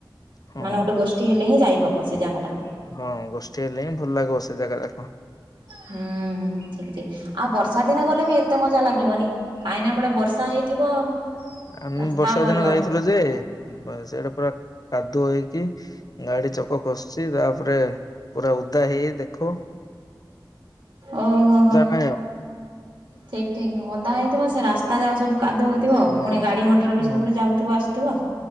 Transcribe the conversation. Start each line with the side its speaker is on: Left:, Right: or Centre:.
Left: ହଁ
Right: ମାନେ ଗୋଟେ ଗୋଷ୍ଠୀ ହେଲେ ହିଁ ଯାଇହବ ସେ ଜାଗାଟା
Left: ହଁ ଗୋଷ୍ଠୀ ହେଲେ ହିଁ ଭଲ ଲାଗିବ ସେ ଜାଗା ଯାକ।
Right: ହୁଁ ଠିକ ଠିକ ଆଉ ବର୍ଷା ଦିନେ ଗଲେ ବି ଏତେ ମଜା ଲାଗିବନି। କାହିଁକି ଏପଟେ ବର୍ଷା ହେଇଥିବ।
Left: ଁ ଆମେ
Right: ରାସ୍ତା
Left: ବର୍ଷା
Right: ଭଲ
Left: ଦିନ
Right: ନଥିବ
Left: ଯାଇଥିଲୁ ଯେ ସେଇଟା ପୁରା କାଦୁଅ ହେଇକି ଗାଡି ଚକ ପୋକ ଖସୁଛି ତାପରେ ପୁରା ଉଦା ହେଇ ଦେଖ।
Right: ଓହୋ ହୋ
Left: ନାହିଁ ଆଉ
Right: ଠିକ୍ ଅଦା ହେଇଥିବ ସେ ରାସ୍ତା ଯାକ କାଦୁ ହଉଥିବ
Left: ହଁ।
Right: ପୁଣି ଗାଡି ମଟର ବି
Left: ହୁଁ
Right: ସେପଟେ ଯାଉଥିବ ଆସୁଥିବ।